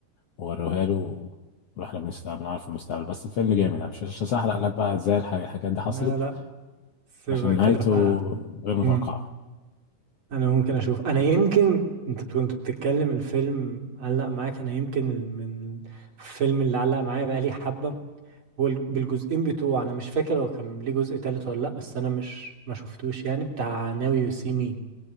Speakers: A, on the left; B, on the right.
A: ووروها له واحنا بنستقبل بنعرف المستقبل بس الفيلم جامد يعني مش مش هحرق لك بقى ازاي الح- الحاجات دي حصلت
B: لا لا سيبها
A: عشان
B: كده
A: نهايته
B: بقى
A: غير متوقعه
B: مم. انا ممكن اشوف انا يمكن انت كنت بتتكلم الفيلم علق معاك انا يمكن من الفيلم اللي علق معايا بقى لي حبة هو ال- بالجزئين بتوعه انا مش فاكر هو كان ليه جزء تالت ولا لا بس انا مش ما شفتوش يعني بتاع ناو يو سي مي